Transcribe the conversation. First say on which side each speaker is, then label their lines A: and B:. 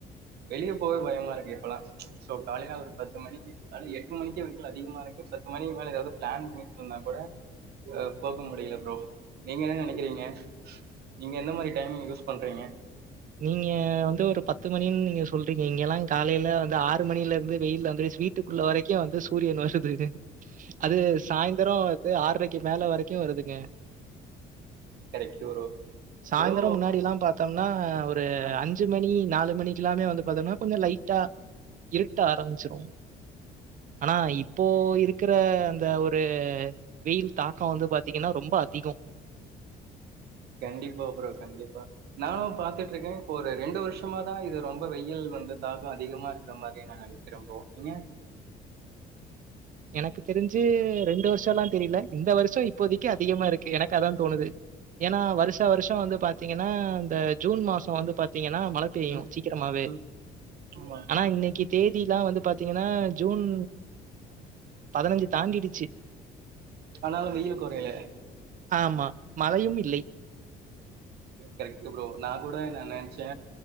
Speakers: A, on the right; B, on the right.
A: வெளியே போவவே பயமாருக்கு இப்பெல்லா சோ காலேல ஒரு பத்து மணிக்கி காலேல எட்டு மணிக்கே வெயில் அதிகமாருக்கு பத்து மணிக்கு மேல ஏதாவது பிளான் பண்ணிட்டுன்னா கூட அ போக முடியல ப்ரோ நீங்க என்ன நெனைக்கிறீங்க நீங்க எந்த மாரி டைம் யூஸ் பண்றீங்க
B: நீங்க வந்து ஒரு பத்து மணின்னு நீங்க சொல்றீங்க இங்கெல்லா காலேல வந்து ஆறு மணில இருந்து வெயில்ல வந்து ஸ் வீட்டுக்குள்ள வரைக்கு வந்து சூரியன் வருது து அது சாய்ந்தரோ இது ஆர்றைக் க்கி மேல வரைக்கியு வருதுங்க
A: கரெக்ட் ப்ரோ
B: சாய்ந்தரோ
A: ஏதோ
B: முன்னாடி எல்லா பாத்தோம்னா ஒரு
A: அ
B: அஞ்சு மணி நாலு மணிக்கெல்லாமே வந்து பாத்தீங்ன்னா கொஞ்சோ லைட்டா இருட்ட ஆரம்பிச்சிரும் ஆனா இப்போ இருக்கற அந்த ஒரு வெயில் தாக்கோ வந்து பாத்தீங்ன்னா ரொம்ப அதிகோ
A: கண்டிப்பா ப்ரோ கண்டிப்பா நானு பாத்துட்டுருக்கேன் இப்போ ஒரு ரெண்டு வருஷம தா இது ரொம்ப வெயில் வந்து தாக்கோ அதிகமா இருக்கற மாரிய நா நெனைக்கிறே ப்ரோ நீங்க
B: எனக்கு தெரிஞ்சு ரெண்டு வருஷோல்லா தெரியல இந்த வருஷோ இப்போதைக்கி அதிகமா இருக்கு எனக்கு அதா தோணுது ஏன்னா வருஷா வருஷோ வந்து பாத்தீங்கன்னா இந்த ஜூன் மாசோ வந்து பாத் தீங்கன்னா மழை பெய்யு
A: ம்
B: சீக்கிரமாவே
A: ம் ஆமா
B: ஆனா இன்னைக்கி தேதியிலா வந்து பாத்தீங்கன்னா ஜூன் பதினஞ்சு தாண்டிருச்சு
A: ஆனாலும் வெயில் கொறயல
B: ஆமா. மழையும் இல்லை.
A: கரெக்ட் ப்ரோ நா கூட நா நெனச்சே